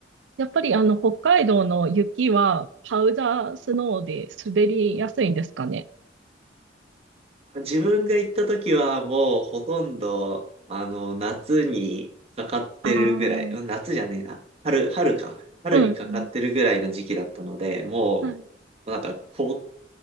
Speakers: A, on the right; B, on the right.
A: やっぱりあの北海道の雪はパウダースノーで滑りやすいんですかね。
B: 自分が行った時はもうほとんど、あの、夏にかかってるぐらい、
A: ああ、うん。
B: うん夏じゃねえな、春、春か。春にかかってるぐらいの時期だったので、
A: うん
B: も
A: はい。
B: う、なんか凍っ